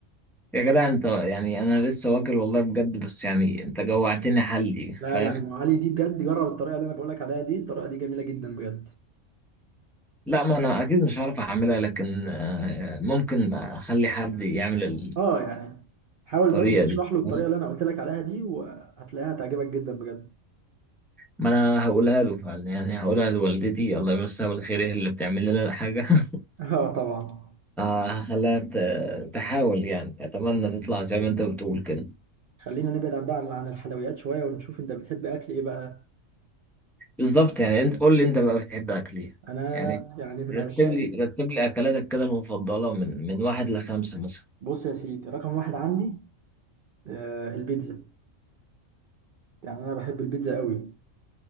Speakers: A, in the centre; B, on the right.
A: يا جدع انت يعني انا لسه واكل والله بجد بس يعني انت جوعتني حلي
B: لا
A: فاهم
B: لا أم علي دي بجد جرب الطريقة اللي انا بقولك عليها دي الطريقة دي جميلة جدا بجد
A: لا ما انا اكيد مش هعرف اعملها لكن آه، ممكن اخلي حد يعمل ال-
B: اه يعني حاول
A: الطريقه
B: بس تشرح
A: دي
B: له الطريقه
A: فاهم؟
B: اللي انا قلت لك عليها دي وهتلاقيها هتعجبك جدا بجد
A: ما انا هقولها له فعلا يعني هقولها لوالدتي الله يمسها بالخير هي اللي بتعمل لنا الحاجه <laughs>
B: <laughs> اه طبعا
A: اه هخليها ت- تحاول يعني اتمنى تطلع زي ما انت بتقول كده
B: خلينا نبعد عن بقى عن الحلويات شويه ونشوف انت بتحب اكل ايه بقى
A: بالظبط يعني انت قول لي انت بقى بتحب اكل ايه
B: انا
A: يعني
B: يعني من
A: رتب
B: عشاق
A: لي
B: ال-
A: رتب لي اكلاتك كده المفضله من من واحد لخمسه مثلا
B: بص يا سيدي رقم واحد عندي آه البيتزا يعني انا بحب البيتزا قوي